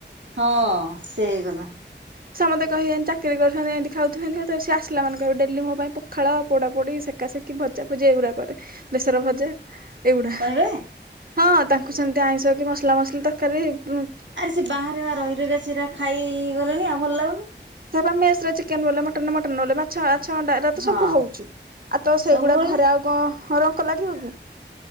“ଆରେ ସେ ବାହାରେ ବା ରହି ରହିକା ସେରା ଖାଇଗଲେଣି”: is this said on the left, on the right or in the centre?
Right